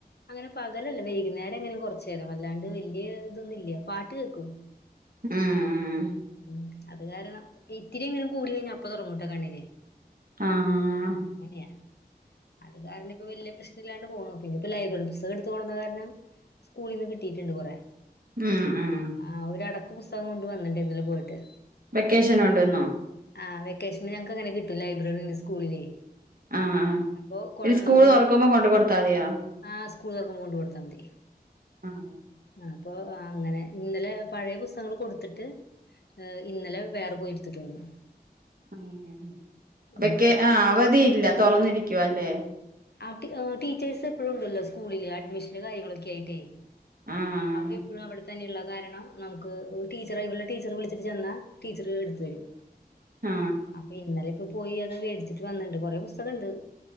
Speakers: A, on the left (about 80°); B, on the right (about 60°).
A: അങ്ങനെ പകലല്ല. വൈകുന്നേരം ങ്ങനെ കൊർച്ചേരം. അല്ലാണ്ട് വല്യ തൊന്നുല്യ. പാട്ട് കേക്കും
B: ഉം
A: ഉം അത് കാരണം ഇത്തിരി എങ്ങാനും കൂടി കഴിഞ്ഞാ അപ്പ തൊടങ്ങുട്ടോ കണ്ണിന്
B: ആആഹ്
A: അങ്ങനെയ. അത് കാരണം ഇപ്പോ വല്യ പ്രശ് നല്ലാണ്ട് പോണു. പിന്നെപ്പോ ലൈബ്രറി പുസ്തകം എടുത്ത് കൊടുന്ന കാരണം സ്കൂൾന്ന് കിട്ടിട്ടുണ്ട് കൊറെ
B: ഉം ഉം
A: ആഹ്‌ ഒരടക്ക് പുസ്തകം കൊണ്ട് വന്നിണ്ട് ന്നലെ പോയിട്ട്
B: വെക്കേഷൻ ഉണ്ടെന്നോ
A: ആഹ്‌ വെക്കേഷന് ഞങ്ങക്കങ്ങനെ കിട്ടും. ലൈബ്രറിന്ന് സ്കൂളിലെ
B: ആഹ് ആഹ്
A: അപ്പൊ കൊണ
B: ഇനി സ്കൂൾ
A: മുമ്പ്
B: തുറക്കുമ്പോ കൊണ്ട് കൊടുത്താ മതിയോ
A: ആഹ്‌ സ്കൂള് തൊറക്കുമ്പോ കൊണ്ട് കൊടുത്താ മതി
B: ആഹ്
A: അപ്പൊ അങ്ങനെ, ഇന്നലെ പഴേ പുസ്തകങ്ങൾ കൊടുത്തിട്ട് ഏഹ്‌ ഇന്നലെ വേറെ പോയിട്ത്ത്ട്ട് വന്നു
B: ഉം ഉം ഉം
A: ഇനിയിപ്പോ
B: വെക്കേ ആ അവധിയില്ല തൊറന്നിരിക്കുവല്ലേ
A: ആ ടീ ഓഹ്‌ ടീച്ചേഴ്സെപ്പഴും ഉണ്ടല്ലോ സ്കൂളി, ല് അഡ്മിഷന്റെ കാര്യങ്ങളൊക്കെ ആയിട്ടേയ്
B: ആഹ്
A: അവരെപ്പഴും അവടെ തന്നെയുള്ള കാരണം നമുക്ക് ടീച്ചറേ ഇവളെ ടീച്ചറെ വിളിച്ചിട്ട് ചെന്നാ ടീച്ചറ് എടുത്ത് തരും
B: ആഹ്
A: അപ്പൊ ഇന്നലെപ്പൊ പോയി അത് വേടിച്ചിട്ട് വന്നിണ്ട്. കൊറേ പുസ്തകണ്ട്